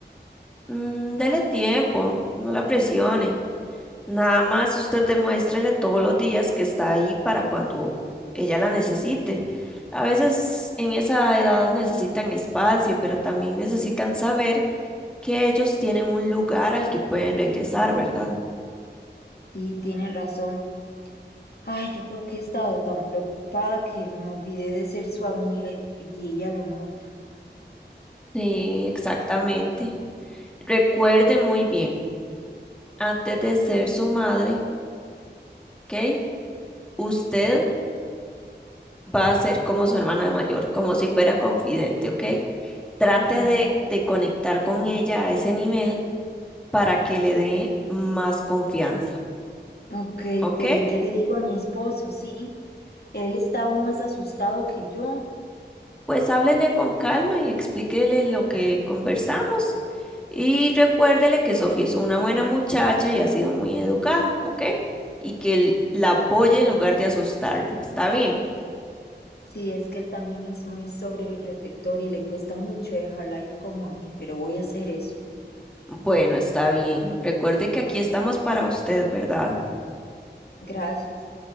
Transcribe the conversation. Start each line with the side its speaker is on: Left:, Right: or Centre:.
Centre: Mm, dele tiempo, no la presione. Nada más usted demuéstrele todos los días que está ahí para cuando ella la necesite. A veces en esa edad necesitan espacio, pero también necesitan saber que ellos tienen un lugar al que pueden regresar, ¿verdad?
Left: Sí, tiene razón. Ay, yo creo que he estado tan preocupada que me olvidé de ser su amiga y, y ella lo nota.
Centre: Sí, exactamente. Recuerde muy bien, antes de ser su madre, ¿ok? Usted va a ser como su hermana mayor, como si fuera confidente, ¿ok? Trate
Left: Ujú.
Centre: de, de conectar con ella a ese nivel para que le dé más confianza,
Left: Ok,
Centre: ¿ok?
Left: pero ¿y qué le digo a mi esposo? Sí, él está aún más asustado que yo.
Centre: Pues háblele con calma y explíquele lo que conversamos y recuérdele que Sofía es una buena muchacha y ha sido muy educada, ¿ok? Y que l- la apoye en lugar de asustarla, ¿está bien?
Left: Sí, es que él también es muy sobreprotector y le cuesta mucho dejarla ir como a mí, pero voy a hacer eso.
Centre: Bueno, está bien. Recuerde que aquí estamos para usted, ¿verdad?
Left: Gracias.